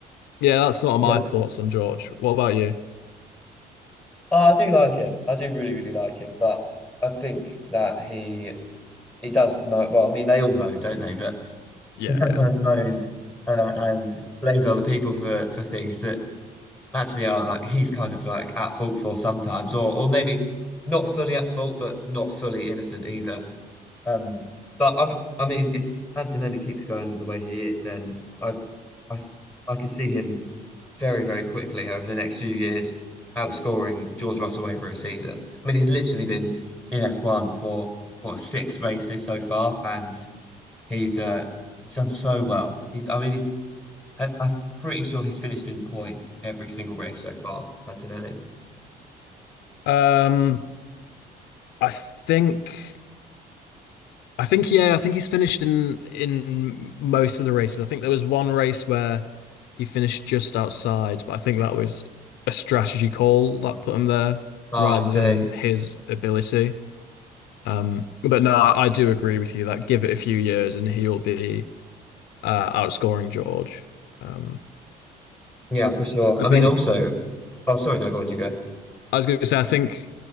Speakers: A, on the left (about 85°); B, in the centre.
A: Yeah, that's sort of
B: Yeah,
A: my thoughts on George. What about you?
B: Oh, I do like him. I do really, really like him. But I think that he he does moan. Well, I mean, they all moan, don't they? But
A: Yeah.
B: he sometimes moans uh, and blames other people for for things that actually are like he's kind of like at fault for sometimes, or or maybe not fully at fault, but not fully innocent either. Um, but I, I mean, if Antonelli keeps going the way he is, then I, I, I could see him very, very quickly over the next few years outscoring George Russell over a season. I mean, he's literally been in F1 for what six races so far, and he's uh he's done so well. He's, I mean, he's, I, I'm pretty sure he's finished in points every single race so far, Antonelli.
A: Um, I think I think yeah, I think he's finished in in most of the races. I think there was one race where he finished just outside, but I think that was a strategy call that put him there
B: Ah,
A: rather
B: I see.
A: than his ability. Um, but no, I, I do agree with you that give it a few years and he'll be uh, outscoring George. Um,
B: Yeah, for sure.
A: I
B: I
A: think.
B: mean, also, oh, sorry, no, go on, you go.
A: I was going to say, I think